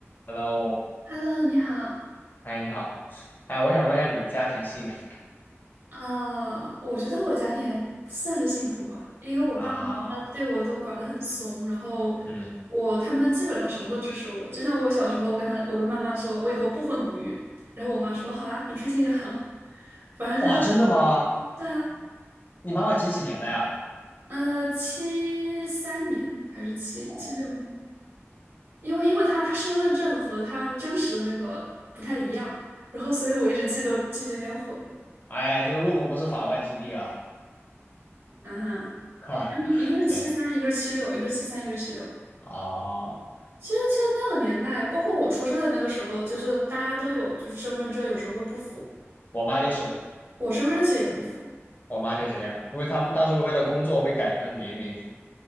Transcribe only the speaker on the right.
Hello，你好。
啊我觉得我家庭还算是幸福吧，因为我爸妈对我都管得很松，
然后
我他们基本上什么都支持我。就像我小时候，我跟他，我跟妈妈说，我以后不婚不育，然后我妈说好啊，你开心就好。反正就
对啊，
呃，七三年还是七七六年，
因为因为他他身份证和他真实的那个不太一样，然后所以我一直记得记得有点混。
嗯哼，
一个是七三，
一个是七六，一个是七三，一个是七六。
其实，其实那个年代，包括我出生的那个时候，就是大家都有，就是身份证有时候会不符，
我身份证其实也不符。